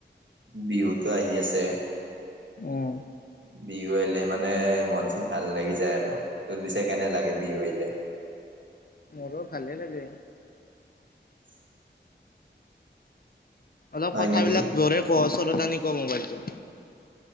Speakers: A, on the right; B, on the left.
A: বিহুতো আহি আছে
B: উম।
A: বিহু আহিলে মানে মন চন ভাল লাগি যায় আৰু তোৰ পিছে কেনে লাগে বিহু আহিলে <inaudible>
B: মোৰো ভালে লাগে
A: <inaudible>
B: অলপ
A: হয়
B: কথাবিলাক
A: নেকি
B: জোৰে ক ওচৰতে আনি ক মোবাইলটো